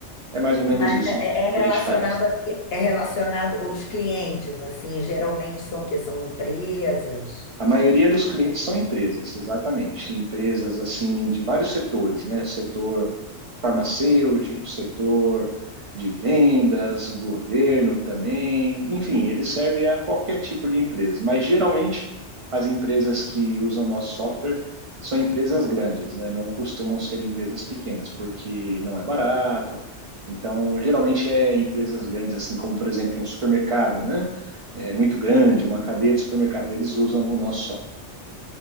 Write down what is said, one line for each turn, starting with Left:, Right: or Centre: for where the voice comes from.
Right: É mais ou menos
Left: Mas
Right: isso
Left: é, é é relacionado
Right: que a gente faz.
Left: a, quê? é relacionado os clientes, assim, geralmente são o quê? São empresas.
Right: A maioria dos clientes são empresas, exatamente. Empresas assim de vários setores, né? Setor farmacêutico, setor de vendas, governo também. Enfim, ele serve a qualquer tipo de empresa, mas geralmente as empresas que usam nosso software são empresas grandes, né? Não costumam ser empresas pequenas, porque não é barato. Então, geralmente é empresas grandes, assim como, por exemplo, um supermercado, né? é, muito grande, uma cadeia de supermercados, eles usam o nosso software.